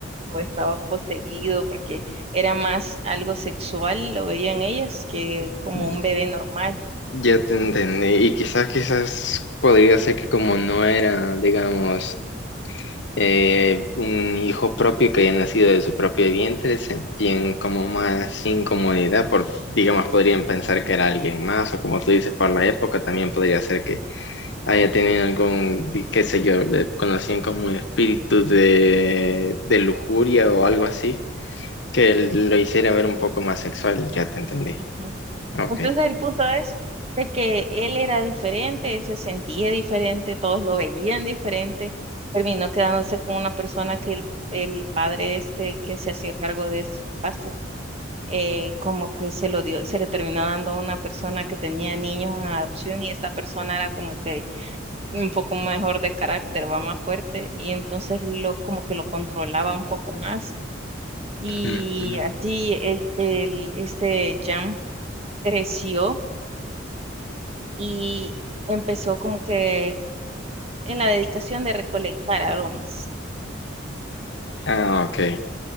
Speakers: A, on the right (about 30°); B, on the left (about 65°).
A: o estaba poseído, porque era más algo sexual, lo veían ellas, que como
B: Mm,
A: un bebé normal.
B: Ya te entendí. Y quizás, quizás podría ser que como no era, digamos, eh, un hijo propio que haya nacido de su propio vientre, sentían como más incomodidad, por, digamos, podrían pensar que era alguien más, o como tú dices, por la época también podría ser que haya tenido algún, di- qué sé yo, le conocían como un espíritu de, de lujuria o algo así, que lo hiciera ver un poco más sexual, ya te entendí.
A: Ujú.
B: Ok.
A: Entonces el punto es de que él era diferente, él se sentía diferente, todos lo veían diferente, terminó quedándose con una persona que el, el padre este que se hacía cargo de sus gastos, eh, como que se lo dio, se le terminó dando a una persona que tenía niños en adopción y esta persona era como que un poco mejor de carácter, va más fuerte y entonces lo como que lo controlaba un poco más y
B: Mm, mm.
A: así el, el este Jam creció y empezó como que en la dedicación de recolectar aromas,
B: Ah, ok.